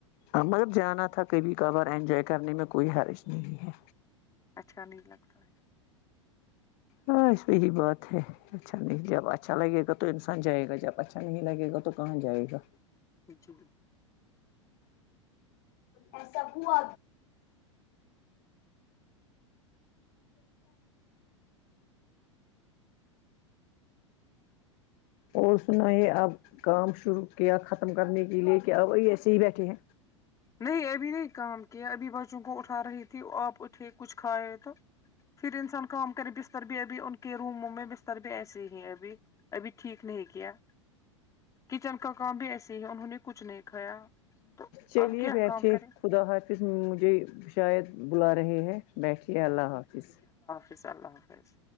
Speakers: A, on the left (about 40°); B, on the left (about 20°).
A: ہاں مطلب جانا تھا کبھی کبھار انجوائے کرنے میں کوئی حرج نہیں ہے
B: اچھا نہیں لگتا ہے
A: ہاں اس پہ ہی بات ہے اچھا نہیں جب اچھا لگے گا تو انسان جائے گا جب اچھا نہیں لگے گا تو کہاں جائے گا
B: جی جی
A: ایسا ہوا اور سنائیں اب کام شروع کیا ختم کرنے کے لے کہ اب بھائی ایسے ہی بیٹھے ہیں
B: نہیں ابھی نہیں کام کیا ابھی بچوں کو اٹھا رہی تھی آپ اٹھے کچھ کھاائے تو پھر انسان کام کرے بستر بھی ابھی ان کے روموں میں بستر بھی ایسے ہی ہیں ابھی ابھی ٹھیک نہیں کیا کچن کا کام بھی ایسے ہی انہوں نے کچھ نہیں کھایا تو
A: چلیے
B: اب کیا
A: بیٹھیے
B: کام کرے
A: خدا حافظ مجھے شاید بلا رہے ہیں بیٹھیے اللہ حافظ
B: اشاء اللہ حافظ